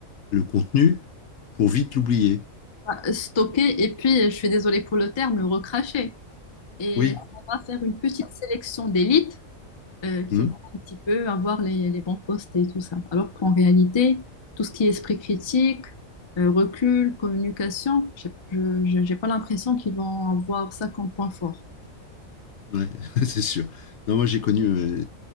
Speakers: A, on the left; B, on the left.
A: le contenu pour vite l'oublier.
B: pas stocker. Et puis, je suis désolée pour le terme, le recracher. Et
A: Oui.
B: on va faire une petite sélection d'élite euh, qui
A: Hmm
B: va un petit peu avoir les, les bons postes et tout ça. Alors qu'en réalité, tout ce qui est esprit critique, euh, recul, communication, j'ai- je n'ai pas l'impression qu'ils vont avoir ça comme point fort.
A: Ouais, <laughs> c'est sûr. Non, moi, j'ai connu euh,